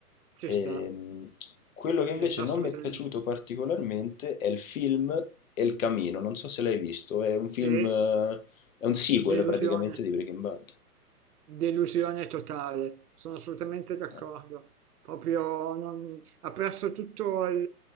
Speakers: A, on the right; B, on the left.
A: ci
B: Ehm,
A: sta,
B: quello che invece
A: ci sta assolutamente.
B: non mi è piaciuto particolarmente è il film El Camino, non so se l'hai visto, è un film,
A: Sì.
B: eh, è un sequel
A: Delusione,
B: praticamente di Breaking Bad.
A: delusione totale, sono assolutamente d'accordo.
B: Eh,
A: Proprio non- ha perso tutto il,